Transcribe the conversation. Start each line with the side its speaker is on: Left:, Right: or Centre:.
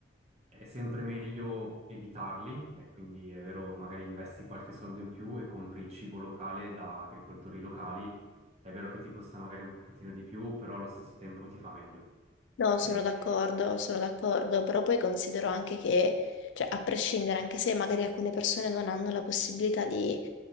Right: È sempre meglio evitarli, eh, quindi è vero, magari investi qualche soldo in più e compri cibo locale da agricoltori locali. È vero che ti costa magari un pochettino di più, però allo stesso tempo ti fa meglio.
Left: No,
Right: Eh,
Left: sono d'accordo, sono d'accordo, però poi considero anche che, cioè, a prescindere, anche se magari alcune persone non hanno la possibilità di,